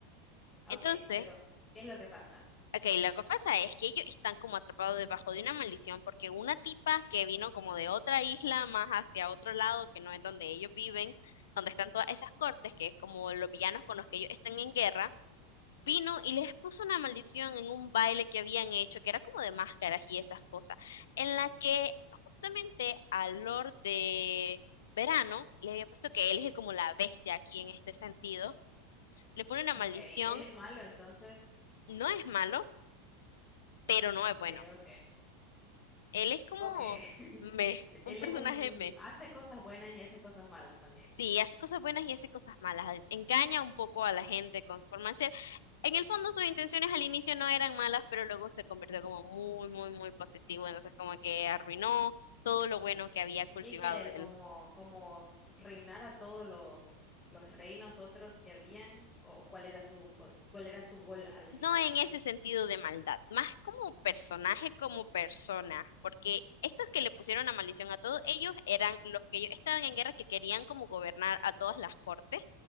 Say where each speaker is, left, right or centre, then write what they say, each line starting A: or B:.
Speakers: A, on the left; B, on the left.
A: Ok,
B: Entonces,
A: pero ¿qué es lo que pasa?
B: Ok, lo que pasa es que ellos están como atrapados debajo de una maldición porque una tipa que vino como de otra isla más hacia otro lado, que no es donde ellos viven, donde están todas esas cortes, que es como los villanos con los que ellos están en guerra, vino y les puso una maldición en un baile que habían hecho, que era como de máscaras y esas cosas, en la que justamente al Lord de Verano le había puesto que él es como la bestia aquí en este sentido, le pone una
A: Ok,
B: maldición,
A: él es malo entonces,
B: no es malo, pero no es bueno.
A: pero ¿qué?
B: Él es como
A: Ok,
B: me,
A: <laughs>
B: un
A: él
B: personaje
A: es un...
B: me.
A: hace cosas buenas y hace cosas malas también.
B: Sí, hace cosas buenas y hace cosas malas. Engaña un poco a la gente con su forma de ser. En el fondo, sus intenciones al inicio no eran malas, pero luego se convirtió como muy, muy, muy posesivo. Entonces, como que arruinó todo lo bueno que había
A: ¿Y
B: cultivado
A: qué quiere él? ¿Como,
B: él.
A: como reinar a todos los, los reinos otros que habían? ¿O cuál era su, co- cuál era su gol al
B: No
A: final?
B: en ese sentido de maldad, más como personaje, como persona, porque estos que le pusieron la maldición a todos, ellos eran los que ellos estaban en guerra que querían como gobernar a todas las cortes.